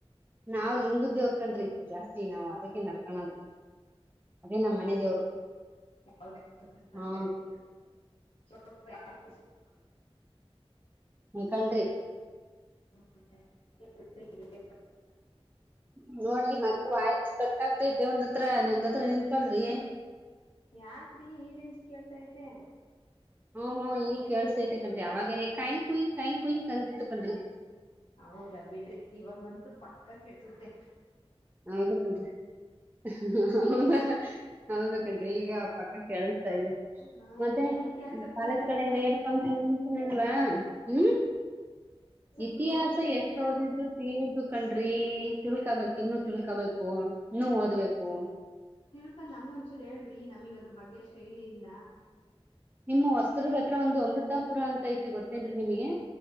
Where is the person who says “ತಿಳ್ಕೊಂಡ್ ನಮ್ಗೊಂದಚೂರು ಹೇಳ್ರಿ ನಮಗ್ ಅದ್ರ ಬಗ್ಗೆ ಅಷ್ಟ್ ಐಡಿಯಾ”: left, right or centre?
Left